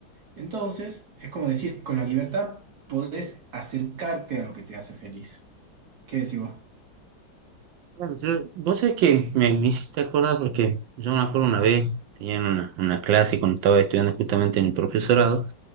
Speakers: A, on the right; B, on the right.
A: Entonces, es como decir, con la libertad podés acercarte a lo que te hace feliz. ¿Qué decís vos?
B: Claro, yo- vos sabés que me, me hiciste acordar porque yo me acuerdo una vez, tenía una, una clase cuando estaba estudiando justamente en el profesorado,